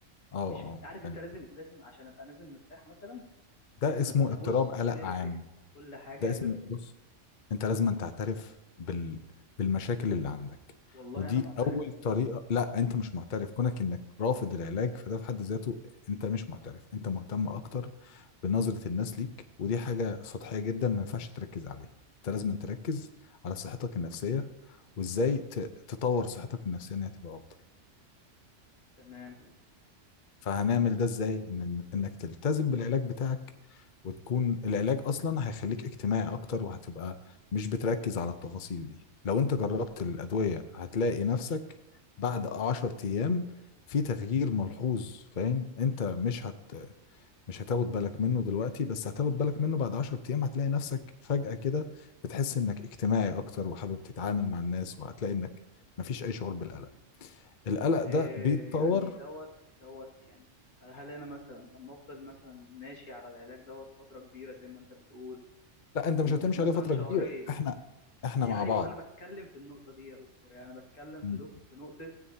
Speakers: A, on the left; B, on the left.
A: اه
B: مش
A: اه
B: عارف
A: فاهم
B: انت لازم لازم عشان ابقى نازل مرتاح مثلا
A: ده
B: لازم
A: اسمه
B: ابقى
A: اضطراب
B: بص
A: قلق
B: بيرفكت
A: عام
B: كل حاجه
A: ده اسمه
B: بيرفكت
A: بص انت لازم أن تعترف بال... بالمشاكل اللي عندك
B: والله
A: ودي
B: انا معترف
A: اول طريقه لا انت مش معترف كونك انك رافض العلاج فده في حد ذاته انت مش معترف انت مهتم اكتر بنظره الناس ليك ودي حاجه سطحيه جدا ما ينفعش تركز عليها انت لازم أن تركز على صحتك النفسيه وازاي ت... تطور صحتك النفسيه انها تبقى افضل
B: تمام
A: فهنعمل ده ازاي ان انك تلتزم بالعلاج بتاعك وتكون العلاج اصلا هيخليك اجتماعي اكتر وهتبقى مش بتركز على التفاصيل دي لو انت جربت الادوية هتلاقي نفسك بعد عشر ايام في تغيير ملحوظ فاهم انت مش هت مش هتاخد بالك منه دلوقتي بس هتاخد بالك منه بعد 10 ايام هتلاقي نفسك فجأة كده بتحس انك اجتماعي اكتر وحابب تتعامل مع الناس وهتلاقي انك مفيش اي شعور بالقلق القلق
B: إيه
A: ده بيتطور
B: يعني دوت دوت يعني هل هل انا مثلا لما افضل مثلا ماشي على العلاج دوت فتره كبيره زي ما انت بتقول
A: لا انت
B: لمده
A: مش هتمشي
B: مثلا
A: عليه فتره
B: شهرين
A: كبيره احنا احنا
B: يا
A: مع
B: ايوه
A: بعض
B: انا بتكلم في النقطه دي يا دكتور يعني انا بتكلم
A: م-
B: في دك في نقطه